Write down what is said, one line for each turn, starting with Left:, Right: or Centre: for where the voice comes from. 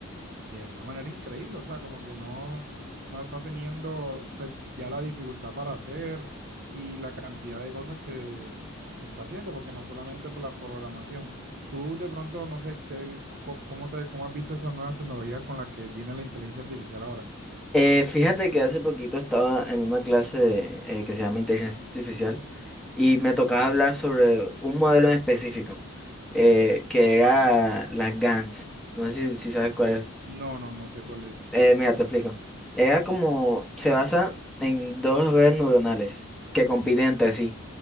Right: de una manera increíble, o sea, como que no, no está teniendo pues, ya la dificultad para hacer y la cantidad de cosas que, que está haciendo, porque no solamente por la programación. Tú de pronto, no sé, qué, co- cómo te, cómo has visto esas nuevas tecnologías con las que viene la inteligencia artificial ahora.
Centre: Eh, fíjate que hace poquito estaba en una clase de, eh, que se llama Inteligencia Artificial y me tocaba hablar sobre un modelo en específico, eh, que era las GANs. No sé si, si sabes
Right: Ok,
Centre: cuál es.
Right: no, no, no sé cuál es.
Centre: eh, mira, te explico. Era como, se basa en dos redes neuronales que compiten entre sí.